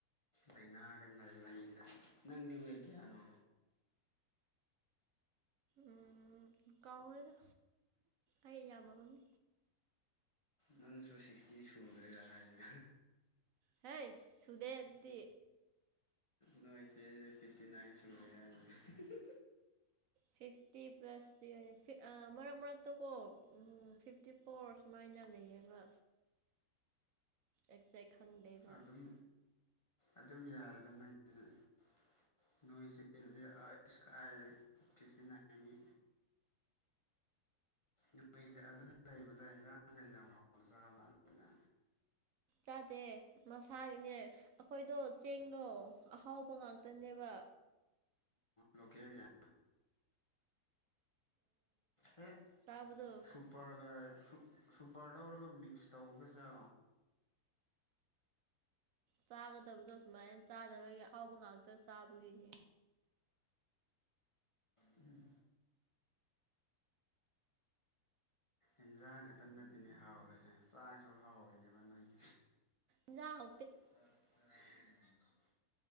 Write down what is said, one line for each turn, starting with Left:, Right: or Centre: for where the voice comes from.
Left: ꯂꯥꯏꯅꯥꯒ ꯂꯩꯗ ꯅꯪꯗꯤ ꯑꯣꯏꯋꯦ ꯀꯌꯥꯅꯣ
Right: ꯎꯝ ꯀꯥꯎꯈ꯭ꯔꯦꯗ ꯑꯩ ꯌꯥꯝꯌꯥꯝꯃꯕꯝꯅꯤ
Left: ꯅꯪꯁꯨ ꯁꯤꯛꯁꯇꯤ ꯁꯨꯗꯣꯏ ꯌꯥꯌꯦꯦ
Right: ꯍ ꯁꯨꯗꯦꯗꯤ
Left: ꯅꯣꯣꯏꯦꯦ ꯐꯤꯐꯇꯤꯅꯥꯟ ꯁꯨꯦ
Right: ꯐꯤꯐꯇꯤ ꯄ꯭ꯂꯥꯁꯇꯤ ꯑ ꯃꯔꯛ ꯃꯔꯛꯇ ꯀꯣ ꯎꯝ ꯐꯤꯐꯇꯤ ꯐꯣꯔ ꯁꯨꯃꯥꯏꯅ ꯂꯩꯌꯦꯕ ꯑꯦꯛꯖꯦꯛ ꯈꯪꯗꯦꯕ
Left: ꯑꯗꯨꯝ ꯑꯗꯨꯝ ꯌꯥꯏꯗ ꯅꯪꯕꯤꯔꯛꯏ ꯅꯣꯏ ꯆꯗꯤ ꯑꯌꯨꯁ ꯀꯥꯏꯔꯦ ꯐꯤꯐꯇꯤ ꯅꯥꯏꯟꯒꯤ ꯅꯣꯏꯁꯦ ꯑꯗꯨꯅ ꯂꯩꯕꯗ ꯏꯔꯥꯡꯈꯩ ꯌꯥꯝ ꯍꯥꯎꯅ ꯆꯥꯕꯗ
Right: ꯌꯥꯗꯦ ꯃꯁꯥꯒꯤꯅꯦ ꯑꯩꯈꯣꯏꯗꯣ ꯆꯦꯡꯗꯣ ꯑꯍꯥꯎꯕ ꯉꯥꯛꯇꯅꯦꯕ
Left: ꯂꯦꯜ ꯌꯥ ꯍꯦ
Right: ꯆꯥꯕꯗꯣ
Left: ꯁꯨꯄꯔꯒꯥꯏ ꯁꯨꯄꯔ ꯂꯧꯔꯒ ꯃꯤꯛꯁ ꯇꯧꯒ ꯆ
Right: ꯆꯥꯒꯗꯕꯗꯣ ꯁꯨꯃꯥꯏꯅ ꯆꯥꯗꯕꯒꯤ ꯑꯍꯥꯎꯕ ꯉꯥꯛꯇ ꯆꯥꯕꯒꯤꯅꯤ
Left: ꯎꯝ ꯏꯟꯁꯥꯡ ꯈꯛꯇ ꯅꯠꯇꯅꯦ ꯍꯥꯎꯔꯤꯁꯦ ꯆꯥꯛꯁꯨ ꯍꯥꯎꯔꯤꯅꯦꯕ ꯅꯣꯏꯒꯤ
Right: ꯌꯥ
Left: ꯑꯆꯥ